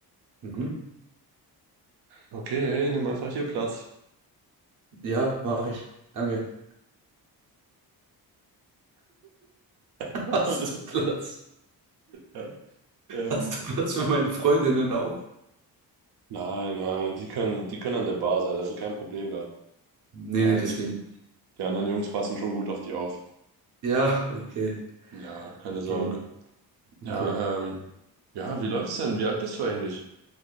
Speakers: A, on the right; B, on the right.
A: Mhm.
B: Okay, hey, nimm einfach hier Platz.
A: Ja, mache ich. Danke.
B: <laughs>
A: <laughs> Hast
B: Alles-
A: du Platz?
B: ja. ähm,
A: Hast du Platz für meine Freundinnen auch?
B: nein, nein, die können, die können an der Bar sein, also kein Problem da.
A: Nee,
B: Äh,
A: nee, das
B: die,
A: geht nicht.
B: die anderen Jungs passen schon gut auf die auf.
A: Ja, okay.
B: Ja, keine Sorge.
A: Okay,
B: Ja,
A: okay.
B: ähm, ja, wie läuft's denn? Wie alt bist du eigentlich?